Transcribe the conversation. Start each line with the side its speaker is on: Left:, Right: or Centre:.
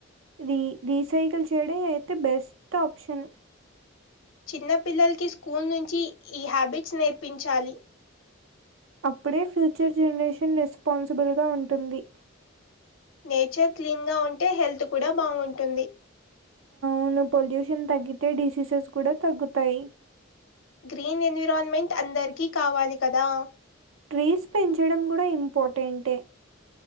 Right: రీ రీసైకిల్ చేయడ అయితే బెస్ట్ ఆప్షన్
Left: చిన్న పిల్లల్కి స్కూల్ నుంచి ఈ హ్యాబిట్స్ నేర్పించాలి.
Right: అప్పుడే ఫ్యూచర్ జనరేషన్ రెస్పాన్సిబుల్గా ఉంటుంది.
Left: నేచర్ క్లీన్ గా ఉంటే హెల్త్ కూడా బాగుంటుంది.
Right: ముందు పొల్యూషన్ తగ్గితే డిసీజెస్ కూడా తగ్గుతాయి.
Left: గ్రీన్ ఎన్విరాన్మెంట్ అందరికీ కావాలి కదా.
Right: ట్రీస్ పెంచడం గుడ ఇంపార్టెంటే